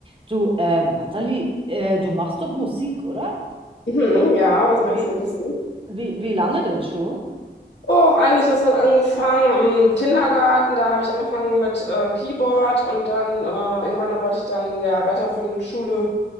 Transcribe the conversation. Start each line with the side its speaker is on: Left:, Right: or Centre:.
Right: Du, ähm, Nathalie, äh, du machst doch Musik, oder?
Left: Mhm, ja, was möchtest
Right: Wie,
Left: du wissen?
Right: wie, wie lange denn schon?
Left: Oh, eigentlich, das hat angefangen im Kindergarten. Da habe ich angefangen mit äh, Keyboard und dann äh, irgendwann da wollte ich dann in der weiterführenden Schule,